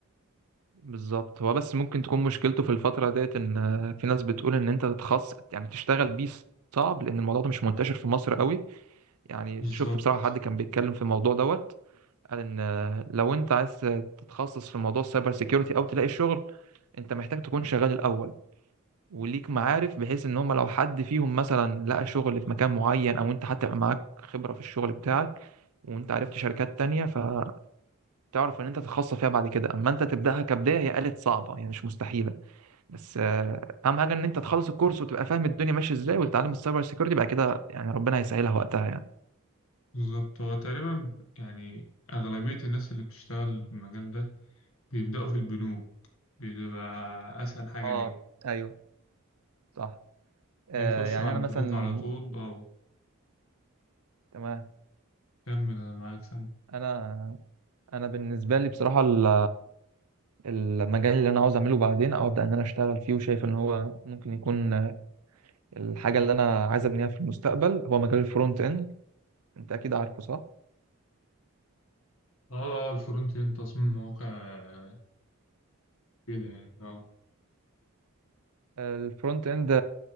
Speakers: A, on the right; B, on the left.
A: بالظبط هو بس ممكن تكون مشكلته في الفترة ديت ان آه، في ناس بتقول ان انت تتخصص يعني تشتغل بيه صعب لان الموضوع ده مش منتشر في مصر قوي يعني
B: بالظبط
A: شفت بصراحة حد كان بيتكلم في الموضوع دوت قال ان آه، لو انت عايز تتخصص في موضوع السايبر سيكيورتي او تلاقي شغل انت محتاج تكون شغال الاول وليك معارف بحيث ان هم لو حد فيهم مثلا لقى شغل في مكان معين او انت حتى يبقى معاك خبرة في الشغل بتاعك وانت عرفت شركات تانية فتعرف ان انت تتخصص فيها بعد كده اما انت تبدأها كبداية هي قالت صعبة يعني مش مستحيلة بس آه، اهم حاجه ان انت تخلص الكورس وتبقى فاهم الدنيا ماشيه ازاي وتتعلم السايبر سيكيورتي بعد كده يعني ربنا هيسهلها وقتها يعني
B: بالظبط هو تقريبا يعني أغلبية الناس اللي بتشتغل في المجال ده بيبدأوا في البنوك بيبقى أسهل حاجة
A: اه
B: ليه
A: ايوه صح آه
B: بيخشوا
A: يعني
B: على
A: انا
B: البنوك
A: مثلا
B: على طول اه
A: تمام
B: كمل أنا معاك سامع
A: انا انا بالنسبه لي بصراحه ال- المجال اللي انا عاوز اعمله بعدين او ابدا ان انا اشتغل فيه وشايف ان هو ممكن يكون الحاجه اللي انا عايز ابنيها في المستقبل هو مجال الفرونت اند انت اكيد عارفه صح
B: اه اه الفرونت اند تصميم مواقع آه، كده يعني اه
A: الفرونت اند